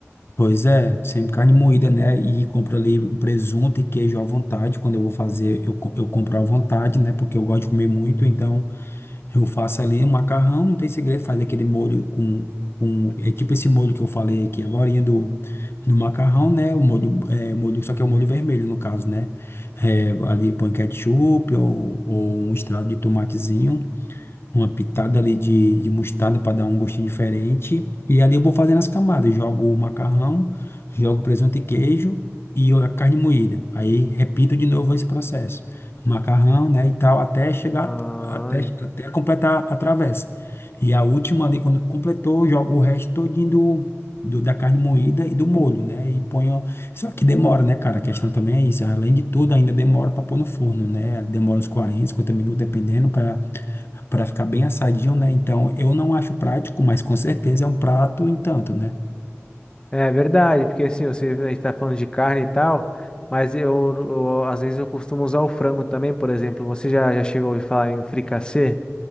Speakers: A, on the left (about 55°); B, on the left (about 20°).
A: Pois é, sempre carne moída, né? E compro ali um presunto e queijo à vontade. Quando eu vou fazer, eu, co- eu compro à vontade, né? Porque eu gosto de comer muito, então eu faço ali um macarrão, não tem segredo, faz aquele molho com, com. É tipo esse molho que eu falei aqui agorinha do, do macarrão, né? O molho, é, molho, só que é o molho vermelho, no caso, né? É, ali põe ketchup ou, ou um estrado de tomatezinho uma pitada ali de, de mostarda para dar um gostinho diferente. E ali eu vou fazendo as camadas. Jogo o macarrão, jogo presunto e queijo e a carne moída. Aí repito de novo esse processo. Macarrão, né, e tal, até chegar,
B: Ah,
A: até,
B: en-
A: até completar a travessa. E a última ali, quando completou, eu jogo o resto todinho do, do- da carne moída e do molho, né? E ponho. Só que demora, né, cara? A questão também é isso. Além de tudo, ainda demora para pôr no forno, né? Demora uns 40 50 minutos, dependendo, para ficar bem assadinho, né? Então, eu não acho prático, mas com certeza é um prato, entanto, né?
B: é verdade, porque assim, você, a gente tá falando de carne e tal, mas eu, eu- às vezes eu costumo usar o frango também, por exemplo. Você já, já chegou a ouvir falar em fricassê?